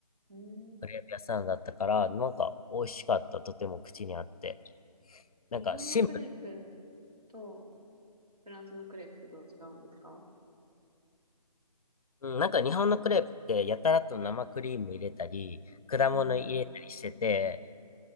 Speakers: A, on the right (about 65°); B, on the left (about 60°).
A: うん。
B: クレープ屋さんだったから、なんか美味しかった。とても口にあって。なんかシンプル。
A: 日本のクレープとフランスのクレープってどう違うんですか
B: うん、なんか日本のクレープってやたらと生クリーム入れたり、果物入れたりしてて、
A: うん